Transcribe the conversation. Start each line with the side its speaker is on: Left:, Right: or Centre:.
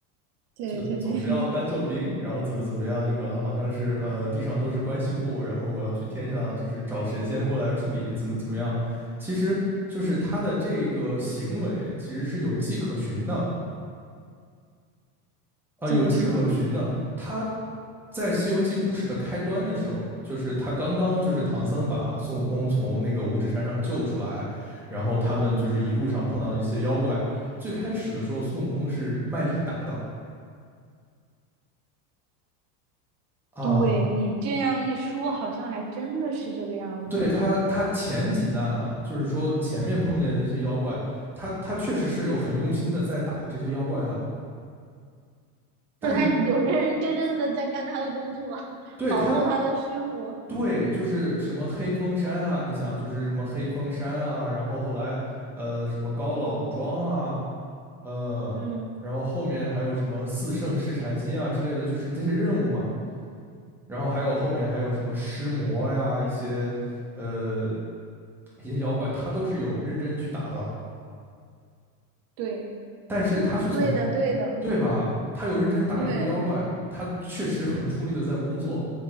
Right: 对对对，
Centre: 就总是要搬救兵，然后怎么怎么样，就搞得好像是呃地上都是关系户，然后我要去天上就是找神仙过来处理，怎么怎么样。其实就是他的这个行为其实是有迹可循的，啊、
Right: 怎么说呢？
Centre: 有迹可循的。他在《西游记》故事的开端的时候，就是他刚刚就是唐僧把孙悟空从那个五指山上救出来，然后他们就是一路上碰到一些妖怪。最开始的时候，孙悟空是卖力打的啊。
Right: 对你这样一说，好像还真的是这个样子的。
Centre: 对他，他前几难啊，就是说前面碰见的一些妖怪，他他确实是有很用心的在打这些妖怪的，但
Right: 就他有认认真真的在干他的工作，
Centre: 对他
Right: 保护他的师傅。
Centre: 对就是什么黑风山啊，你想就是什么黑风山啊，然后后来呃什么高老庄啊，呃，
Right: 嗯，
Centre: 然后后面还有什么四圣试禅心啊之类的，就是这些任务嘛，然后还有后面还有什么尸魔呀，一些呃一些妖怪，他都是有认真去打的。
Right: 对，
Centre: 但是他是从
Right: 对的，对的，
Centre: 对吧？他有认真打这些妖怪，
Right: 对。
Centre: 他确实很出力的在工作。